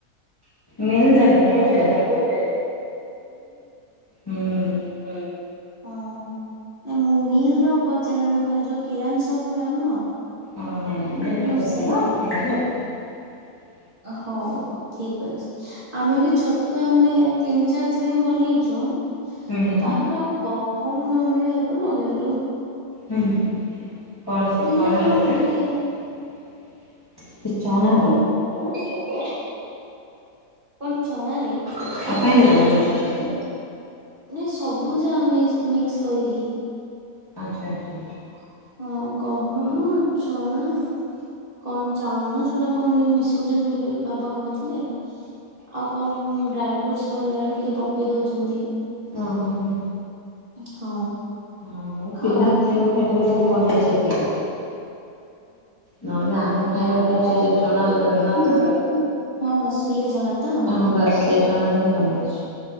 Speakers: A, on the left; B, on the right.
A: ମିଲ୍
B: <unintelligible>
A: ଜାଗାରେ
B: ମିଲରେ,
A: ପଚାରିବା। ହୁଁ
B: ହୁଁ। ଓ ହୋ ନା ମୁଁ ମିଲ୍ ର ପଚାରିନି। ଖାଲି ଯୋଉ କିରାନ ସପ୍ ଗୁଡାକ ନୁହଁ
A: ହଁ ନାଇଁ ନାଇଁ ମିଲ ରେ
B: ମୁଁ
A: ପଚାର,
B: ସେଇଠି
A: ସେମାନେ ରଖିଥିବେ।
B: ହଉ ଠିକ୍ ଅଛି। ଆମେ ବି ଛତୁଆ ମାନେ ତିନି ଚାରି ଥର ହିଁ ବନେଇଚୁ। ତାପରେ
A: ହୁଁ ହୁଁ
B: ଆଉ ଗହମ ନ ମିଳିବାରୁ ରହିଗଲୁ।
A: ହୁଁ କଣ ସେ
B: ବିନା
A: ଚଣାର।
B: ଗହମରେ
A: <unintelligible>
B: ଟିକେ
A: ସେ ଚଣା
B: ନଉନା ଛତୁଆ କଣ ଚଣାରେ?
A: <inaudible> ବନା ହଉଚି ଛତୁଆ।
B: ନାଇଁ ସବୁ ଯା ମିସ୍ ମିକ୍ସ କରିକି।
A: ଆଚ୍ଛା ଆଚ୍ଛା ଆଚ୍ଛା।
B: ହଁ ଗହମ, ଚଣା କନ୍ ଚାଉଳ ନା ଚୁଡା କଣ ଏମତି ମିଶଉଛନ୍ତି ବୋଲି ବାବା କହୁଥିଲେ। ଆଉ କଣ କନ୍ ଡ୍ରାଇ ଫ୍ରୁଟସ୍ ବଗେରା ବି ଟିକେ ପକେଇ ଦଉଚନ୍ତି।
A: ଓହୋ ହୋ।
B: ହଁ।
A: ହଁ ମୋ ପିଲା
B: ଆଉ
A: ଖାଇବା ପାଇଁ
B: ଖାଇବା
A: ବୋଲିକି ବନେଇଚି
B: ହଁ
A: ଏତିକି। ନହେଲେ ଆମେ
B: ଆମେ
A: ପାଇଁ
B: ଖାଇବା
A: ସେ ଯୋଉ
B: ପାଇଁ ସୋଲେ ଚଣା
A: କି
B: ମିଳୁନି କି, ହଁ ହଁ ସୁଲି ଚଣା ତ?
A: ହଁ ବାସ୍ ସେ ଚଣାରେ ହିଁ ବନେଇଛି।